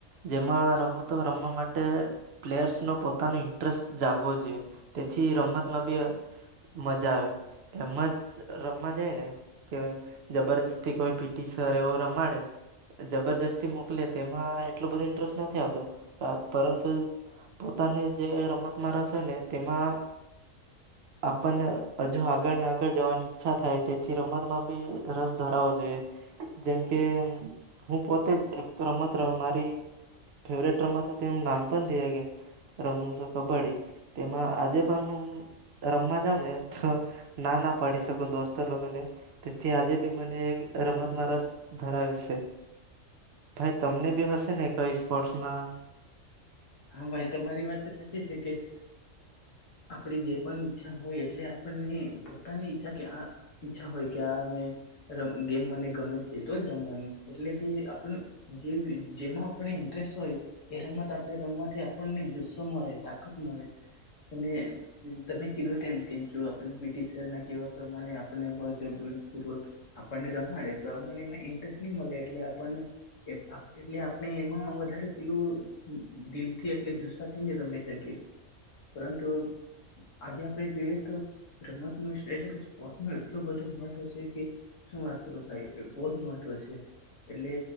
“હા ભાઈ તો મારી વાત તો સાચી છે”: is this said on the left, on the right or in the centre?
Left